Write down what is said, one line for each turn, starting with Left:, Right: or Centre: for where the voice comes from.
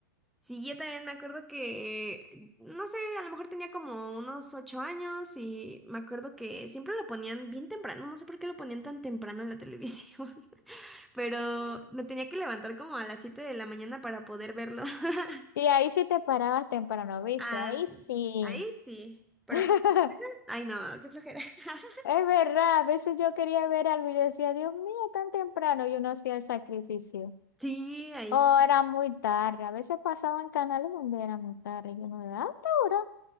Centre: Sí, yo también me acuerdo que, no sé, a lo mejor tenía como unos ocho años y me acuerdo que siempre lo ponían bien temprano, no sé por qué lo ponían tan temprano en la televisión, <laughs> pero me tenía que levantar como a las siete de la mañana para poder verlo. <laughs>
Left: Y ahí sí te parabas temprano, ¿viste?
Centre: Ah,
Left: Ahí
Centre: sí,
Left: sí.
Centre: ahí sí, pero
Left: <laughs>
Centre: para la escuela, ay no, qué flojera. <laughs>
Left: Es verdad, a veces yo quería ver algo y yo decía, Dios mío, tan temprano, y uno hacía el sacrificio.
Centre: Sí, ahí
Left: O
Centre: sí.
Left: era muy tarde, a veces pasaban canales donde era muy tarde, y uno, ¿a esta hora?